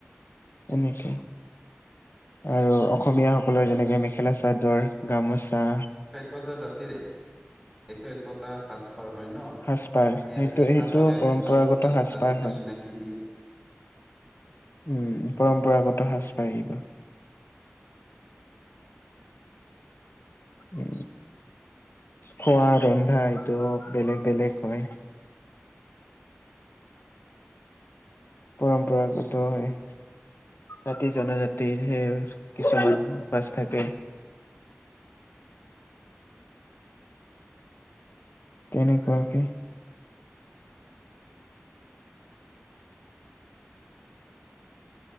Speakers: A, on the left; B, in the centre.
A: এনেকে আৰু অসমীয়াসকলৰ
B: সেইবিলাক
A: যেনেকে মেখেলা চাদৰ গামোচা।
B: একজ জাতিৰে এক, এক কটা সাজ পাৰ হয় ন
A: সাজপাৰ
B: এই
A: সেইটো
B: এই
A: সেইটো
B: সাজটোৱে
A: পৰম্পৰাগত
B: নিজৰ
A: সাজপাৰ
B: জাতিটো
A: হয়
B: চিনাকি দিয়ে।
A: উম, পৰম্পৰাগত সাজ পাৰ এইবোৰ।
B: <unintelligible>
A: উ, খোৱা ৰন্ধা এইটোও বেলেগ, বেলেগ হয়। পৰম্পৰাগত হয়। জাতি জনজাতিৰ সেই কিছুমান বাছ থাকে। তেনেকুৱাকে